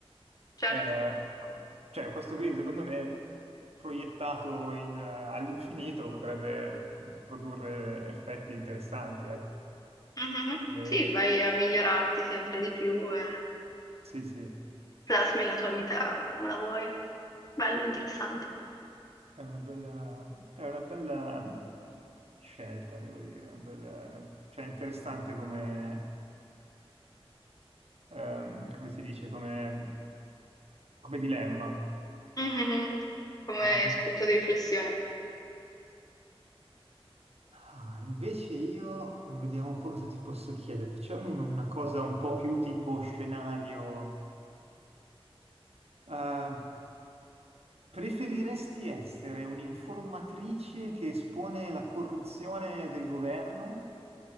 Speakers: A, on the left; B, on the right.
A: Certo.
B: Eh, co- cioè, questo qui, secondo me, proiettato in, eh, all'infinito potrebbe mm, produrre effetti interessanti, ecco.
A: Mhm.
B: E-
A: Sì, vai a migliorarti sempre di più e
B: sì, sì.
A: plasmi la tua vita come la vuoi. Bello, interessante.
B: È una bella, è una bella mh, scelta, devo dire. una bella- una- cioè, interessante come, ehm, come si dice, come, come dilemma.
A: Mhm. Come
B: Ah, in-
A: spunto di riflessione.
B: ah, invece io vediamo un po' cosa ti posso chiedere. Facciamo un- una cosa un po' più tipo scenario. Eh, preferiresti essere un'informatrice che espone la corruzione del governo